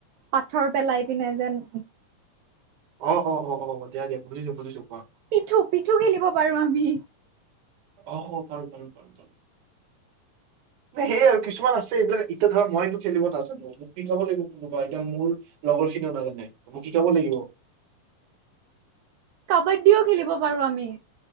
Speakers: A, on the right; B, on the right.
A: পাথৰ পেলাই পিনে যেন
B: অ-অ-অ-অ দিয়া দিয়া বুজিছো-বুজিছো।
A: পিঠু-পিঠু খেলিব পাৰো আমি
B: অ হ পাৰো-পাৰো। প <unintelligible> ন সেইয় আৰু কিছুমান আছে। এইবিলাক এতিয়া ধৰা মইতো খেলিব নাজানো মোক শিকাব লাগিব কোনোবা এতিয়া মোৰ লগৰ খিনিও নাজানে মোক শিকাব লাগিব।
A: কাবাদ্ডীও খেলিব। পাৰো আমি।